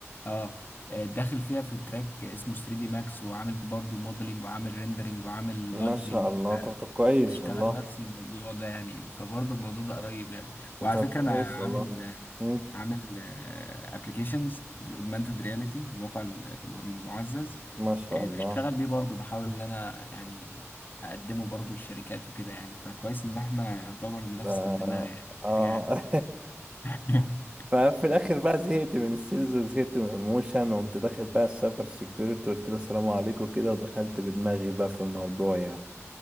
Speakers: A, on the left; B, on the right.
A: اه آه، داخل فيها في تراك اسمه 3 دي ماكس وعامل برضو موديلنج وعامل ريندرنج وعامل
B: ما
A: لايتنينج
B: شاء الله طب طب كويس
A: بيشتغل
B: والله
A: نفس الموضوع ده يعني فبرضه الموضوع ده قريب يعني وعلى
B: طب
A: فكرة
B: كويس
A: انا عامل
B: والله مم.
A: عامل ابلكيشنز بالاوجمانتد رياليتي الواقع ال- المعزز
B: ما شاء
A: آه،
B: الله
A: بشتغل بيه برضه بحاول ان انا يعني اقدمه برضه للشركات وكده يعني فكويس ان احنا يعتبر نفس
B: ده
A: الدماغ يعني
B: آه
A: حاجة <laughs>
B: <laughs> ففي الآخر بقى زهقت من السيلز وزهقت من الموشن وقمت داخل بقى السايبر سيكيورتي قلت له السلام عليكم كده ودخلت بدماغي بقى في الموضوع يعني